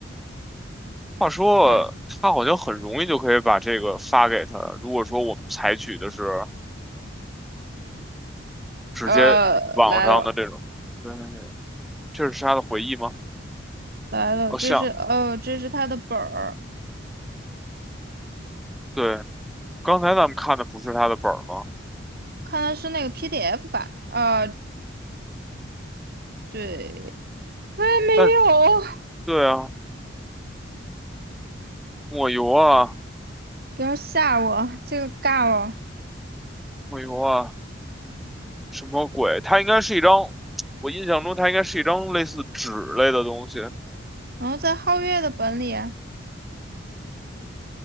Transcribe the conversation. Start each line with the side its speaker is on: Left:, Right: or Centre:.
Centre: 话说他好像很容易就可以把这个发给他。
Right: 来，
Centre: 如果说我们采取的是直接网上的这种，
Right: 呃，来了
Centre: 对，这是他的回忆吗？
Right: 来了，
Centre: 哦，
Right: 这是哦，
Centre: 像，
Right: 这是他的本儿。
Centre: 对，刚才咱们看的不是他的本儿吗？
Right: 看的是那个 PDF 版啊，对，哎，没有，
Centre: 但对啊，抹油啊，
Right: 不要吓我，这个尬了。
Centre: 抹油啊，什么鬼？它应该是一张，我印象中它应该是一张类似纸类的东西。
Right: 然后在皓月的本里，